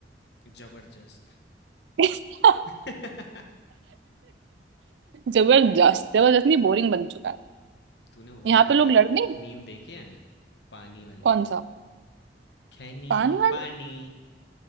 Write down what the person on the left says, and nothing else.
ज़बरदस्त।
हुँ। <laughs>
तूने वो
वाली
ये
मीम देखे हैं? पानी वाले?
खैनी,
पानी।